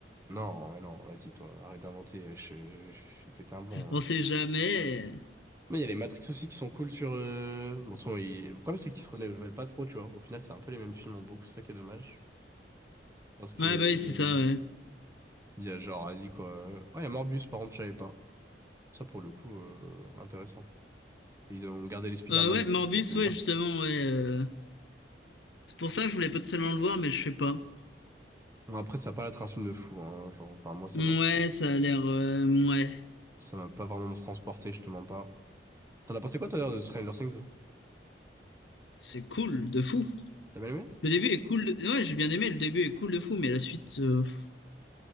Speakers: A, on the right; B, on the left.
A: Non, mais non, vas-y, toi, arrête d'inventer. Je je- je vais péter un blond.
B: On
A: hein.
B: sait jamais.
A: Mais il y a les Matrix aussi qui sont cool sur. euh, Bon, de toute façon, ils- le problème, c'est qu'ils se renouvellent pas trop, tu vois. Au final, c'est un peu les mêmes films en boucle, c'est ça qui est dommage. Parce que.
B: Ouais,
A: euh,
B: bah oui, c'est ça, ouais.
A: Il y a genre, vas-y quoi. Oh, il y a Morbius, par contre, je savais pas. Ça, pour le coup, euh, intéressant. Ils ont gardé les Spider-Man
B: Euh, ouais,
A: et
B: Morbius,
A: ça, ça fait plaisir.
B: ouais, justement, ouais. euh, C'est pour ça que je voulais potentiellement le voir, mais je sais pas.
A: Bon, après, ça a pas la un film de fou, hein. Genre, enfin, moi, ça
B: Ouais,
A: m'a
B: ça a l'air. euh, ouais.
A: ça m'a pas vraiment transporté, je te mens pas. T'en as pensé quoi, toi, d'ailleurs, de Stranger Things?
B: C'est cool, de fou.
A: T'as bien aimé?
B: Le début est cool. de- Ouais, j'ai bien aimé, le début est cool de fou, mais la suite, euh, pff,